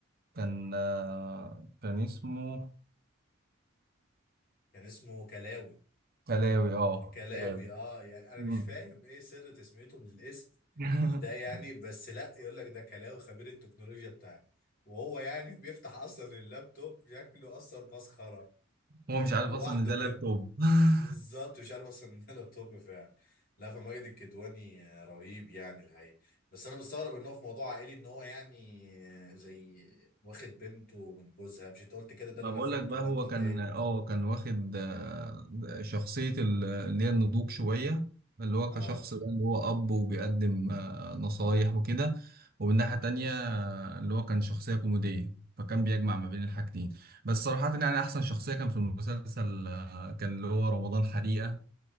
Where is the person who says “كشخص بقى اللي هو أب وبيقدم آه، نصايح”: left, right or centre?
Right